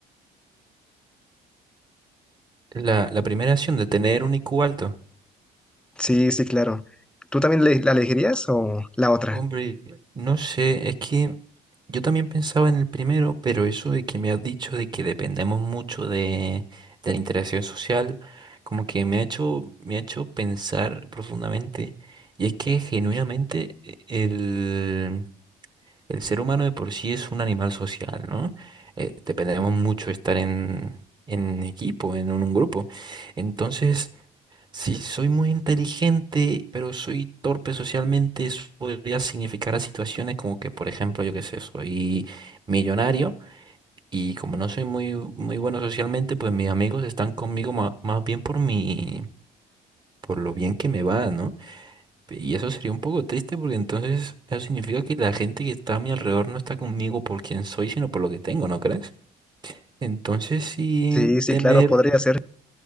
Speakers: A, on the right; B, in the centre.
A: La, la primera acción de tener un IQ alto.
B: Sí, sí, claro. ¿Tú también le- la elegirías o la otra?
A: Hombre, no sé, es que yo también pensaba en el primero, pero eso de que me has dicho de que dependemos mucho de, de la interacción social, como que me ha hecho, me ha hecho pensar profundamente. Y es que genuinamente e- el, el ser humano de por sí es un animal social, ¿no? Eh, dependemos mucho de estar en, en equipo, en un grupo. Entonces... Si soy muy inteligente, pero soy torpe socialmente, eso podría significar a situaciones como que, por ejemplo, yo qué sé, soy millonario y como no soy muy, muy bueno socialmente, pues mis amigos están conmigo ma- más, bien por mi, por lo bien que me va, ¿no? Y eso sería un poco triste porque entonces eso significa que la gente que está a mi alrededor no está conmigo por quien soy, sino por lo que tengo, ¿no crees? Entonces sí,
B: Sí, sí,
A: tener
B: claro, podría ser.